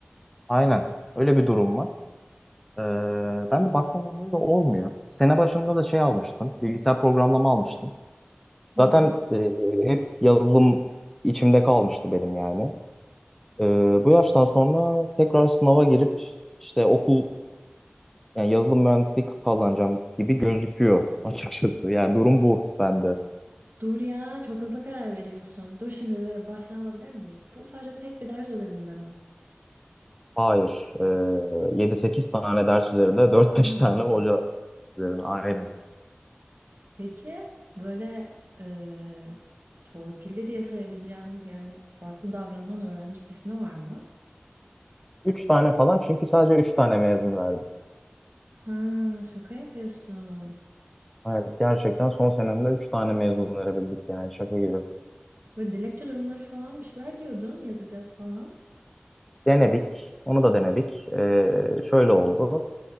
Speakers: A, in the centre; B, on the right (about 60°).
A: Aynen. Öyle bir durum var. Ee, ben de baktığımda böyle olmuyor. Sene başında da şey almıştım. Bilgisayar programlama almıştım.
B: Hı.
A: Zaten e, hep yazılım içimde kalmıştı benim yani. Ee, bu yaştan sonra tekrar sınava girip işte okul yani yazılım mühendisliği kazanacağım gibi gözüküyor <laughs> açıkçası. Yani durum bu bende.
B: Dur ya çok hızlı karar veriyorsun. Dur şimdi bir baştan alabilir miyiz? Bu sadece tek bir ders özelinde mi?
A: Hayır. Ee, 7-8 tane ders üzerinde dört
B: Hı.
A: beş tane hoca üzerine aynen.
B: Peki böyle eee, torpilli diye sayabileceğimiz yani farklı davranan öğrenci kesimi var mı?
A: Üç tane falan çünkü sadece 3 tane mezun verdi.
B: Ha, şaka yapıyorsun.
A: Evet, gerçekten son senemde 3 tane mezun verebildik yani şaka gibi.
B: Böyle dilekçe durumları falan bir şeyler diyordun yazacağız falan.
A: Denedik, onu da denedik. Ee, şöyle oldu,